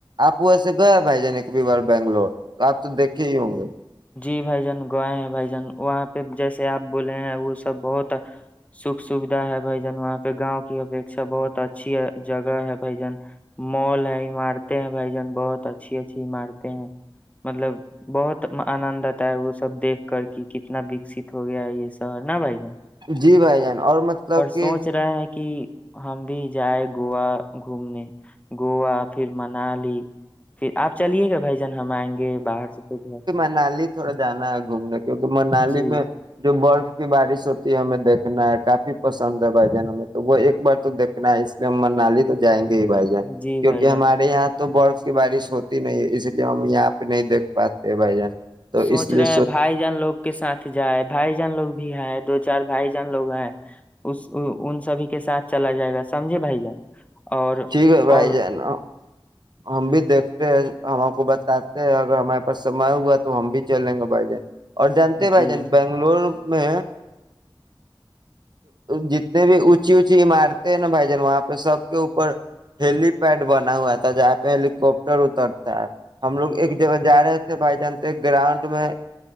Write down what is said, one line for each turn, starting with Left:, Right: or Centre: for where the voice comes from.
Right: آپ ویسے گئے بھائی جان ایک بھی بار بنگلور تو آپ تو دیکھے ہی ہوں گے
Left: جی بھائی جان گوئے ہیں بھائی جان وہاں پہ جیسے آپ بولے ہیں وہ سب بہت سکھ سوھا ہے بھائی جان وہاں پہ گاؤں کی اپیکھا بہت اچھی جگہ ہے بھائی جان مال ہے عمارتیں ہیں بھائی جان بہت اچھی اچھی عمارتیں ہیں مطلب بہت آنند آتا ہے وہ سب دیکھ کر کے کتنا وکست ہو گیا ہے یہ شہر نا بھائی جان
Right: جی بھائی جان اور مطلب کہ
Left: سوچ رہے ہیں کہ ہم بھی جائ گووا گھومنے گووا پھر منالی پھر آپ چلیے گا بھائی ہم آئیں گے باہر سے تو گھر
Right: نال ہی تھوڑا جانا ہےگا گھومنے کیونکہ منالی
Left: جی
Right: میں جو برف بارش ہوتی ہے ہمیں دیکھنا ہے کافی پسند ہے بھائی جان ہمیں تو وہ ایک بار تو دیکنا ہے اس لیے ہم منالی تو جائیں گے ہی بھائی جائے
Left: جی
Right: کیونکہ
Left: بھائی جان
Right: ہمارے یہاں تو برف کی بارش ہوتی نہیں ہے اس لیے ہم یہاں نہیں دھ پاتے بھائی جان تو
Left: سوچ
Right: اس لیے
Left: رہے ہے بھائی جان لوگ کے ساتھ جائے بھائی جان لوگ بھی ہے دو چار بھائی جان لوگ ہیں اس ان سبھی کے ساتھ چلا جائے گا سمجھے بھائی جان اور
Right: ٹھیک ہے بھائیائی
Left: اور
Right: جائے نا ہم بھی دیکھ ہم آ کو بتاتے ہیں اگر ہمارے پاس سما ہوا تو ہم بھی چلیں گے بھائی جان اور جانتے بھائی
Left: جی
Right: جان بنگلور میں جتنے بھی اونچی اونچی عمارتیں ہیں نا بھائی جان وہاں پہ سب کے اوپر ہیلی پیڈ بنا ہوا تھا جہاں پہ ہیلییکپٹر اترتا ہم لوگ ایک جگہ جا رہے تھے بائی چانس ایک گراؤنڈ میں